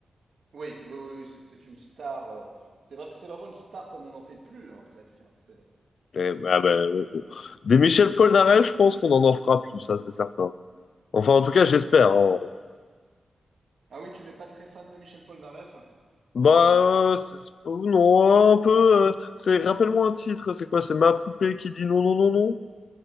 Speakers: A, on the right; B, on the left.
A: Oui, oui, oui, oui, c'est c'est une star. euh, c'est vra- c'est vraiment une star comme on n'en fait plus, hein, presque. hein. C'est-
B: Eh ben, ben, on- on- Des Michel Polnareff, je pense qu'on en en fera plus, ça, c'est certain. Enfin, en tout cas, j'espère. hein.
A: Ah oui, tu n'es pas très fan de Michel Polnareff?
B: Bah, euh, c'est- c'est- non, un peu. euh, c'est, rappelle-moi un titre, c'est quoi? C'est Ma poupée qui dit non, non, non, non?